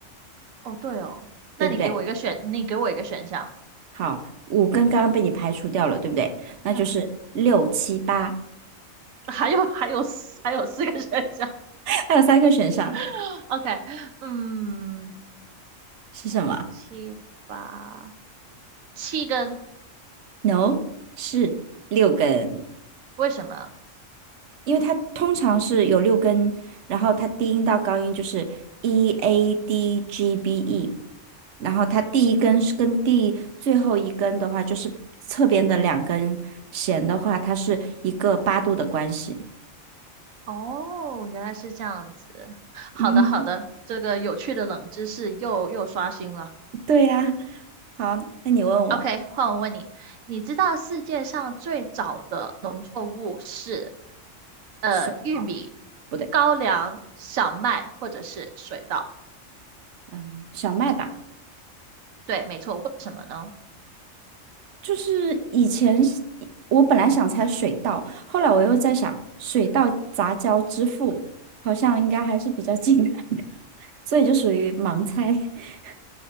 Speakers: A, on the right (about 85°); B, on the right (about 65°).
A: 哦对哦，那你给我一个选，
B: 对不对？
A: 你给我一个选项。
B: 好，五根刚刚被你排除掉了，对不对？那就是六七八，
A: 嗯，<laughs> 还有还有四还有四个选项。
B: 还有三个选项
A: <laughs> OK，嗯，
B: 是什么
A: 六七八，七根，
B: ？No，是六根，
A: 为什么？
B: 因为它通常是有六根，然后它低音到高音就是 E A D G B E，然后它第一根是跟第最后一根的话，就是侧边的两根弦的话，它是一个八度的关系。
A: 哦，原来是这样子。好的好的，
B: 嗯，
A: 这个有趣的冷知识又又刷新了。
B: 对呀。好，那你问我
A: OK，换我问你，你知道世界上最早的农作物是呃玉米、
B: 水稻不对，
A: 高粱、小麦或者是水稻？
B: 嗯，小麦吧。
A: 对，没错。为什么呢？
B: 就是以前是我本来想猜水稻，后来我又在想水稻杂交之父好像应该还是比较 <laughs> 近代的，所以就属于盲猜。<laughs>